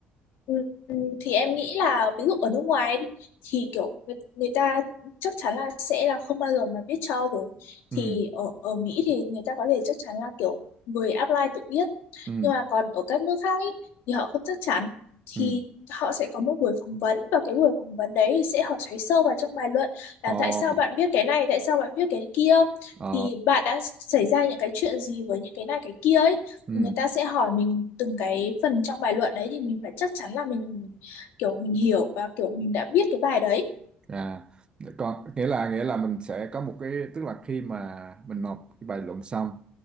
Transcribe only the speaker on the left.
Ừ, ừ, Thì em nghĩ là ví dụ ở nước ngoài ấy đi, thì kiểu người, người ta chắc chắn là sẽ là không bao giờ mà biết cho rồi. Thì
ở ở Mỹ thì người ta có thể chắc chắn là kiểu người apply tự biết.
Nhưng mà còn ở các nước khác ý, thì họ không chắc chắn. Thì
họ sẽ có một buổi phỏng vấn và cái buổi phỏng vấn đấy thì sẽ hỏi xoáy sâu vào trong bài luận là
tại sao bạn viết cái này, tại sao bạn viết cái kia.
Thì bạn đã xảy ra những cái chuyện gì với những cái này cái kia ấy
thì người ta sẽ hỏi mình từng cái phần trong bài luận đấy thì mình phải chắc chắn là mình kiểu mình hiểu và kiểu mình đã biết cái bài đấy